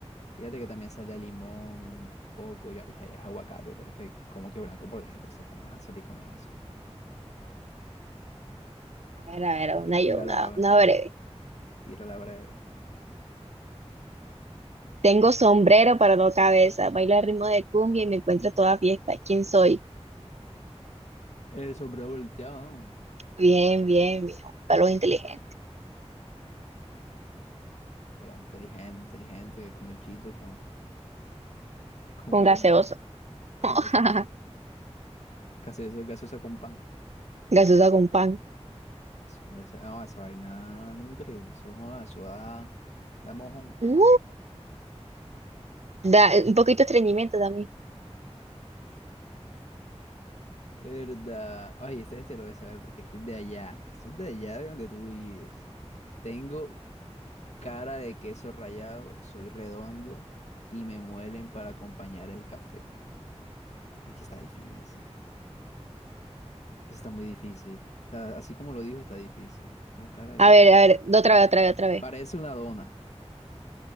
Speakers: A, on the left; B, on the right.
A: Fíjate que también sale a limón, coco y, a- y a- es aguacate, pero es que como que blanco por dentro, o sea, ¿cómo me vas a salir con eso?
B: <laughs> A ver, a ver, una yo,
A: Tírala,
B: una,
A: papi,
B: una breve.
A: tírala breve.
B: Tengo sombrero para no cabeza, bailo al ritmo de cumbia y me encuentro toda fiesta. ¿Quién soy?
A: El sombrero volteado, ¿no?
B: Bien, bien, bien. Un palo inteligente.
A: Pero inteligente, inteligente, que come chito con, <laughs> con
B: Un
A: gérmenes,
B: gaseoso.
A: con
B: <laughs>
A: gaseosa. Gaseosa, gaseosa con pan.
B: Gaseosa con pan.
A: Eso es un desa- ah, esa vaina nutre, eso, joda, eso da, da mojón.
B: Uh, da, un poquito de estreñimiento también.
A: ¿Verdad? Ay, este, este lo debes saber porque este es de allá. Esto es de allá de donde tú vives. Tengo cara de queso rallado, soy redondo y me muelen para acompañar el café. Aquí está difícil. Está muy difícil. O sea, así como lo dijo, está difícil. Tengo cara de
B: A
A: queso
B: ver,
A: rallado.
B: a ver, otra vez, otra vez, otra vez.
A: Parece una dona.